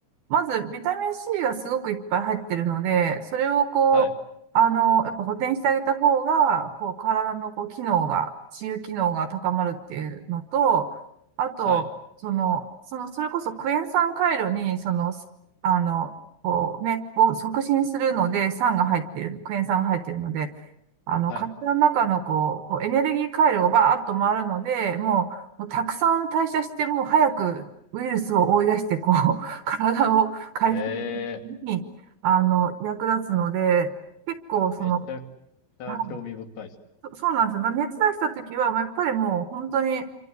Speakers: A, on the right (about 65°); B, on the left (about 70°).
A: まず、ビタミン C がすごくいっぱい入ってるので、それをこう、
B: はい、
A: あの、やっぱ補填してあげた方が、こう、体のこう、機能が、治癒機能が高まるっていうのと、あと、
B: はい、
A: その、その、それこそクエン酸回路に、その、あの、こうね、を促進するので、酸が入ってる、クエン酸が入ってるので、あの、
B: はい。
A: 体の中のこう、こうエネルギー回路がバーッと回るので、もう、もうたくさん代謝して、もう早くウイルスを追い出して、こう、体を回復
B: ええ
A: に、あの、役立つので、結構その、
B: めちゃくちゃ興味深いです。
A: はいそそうなんですよ。だから熱出した時は、まあやっぱりもう本当に、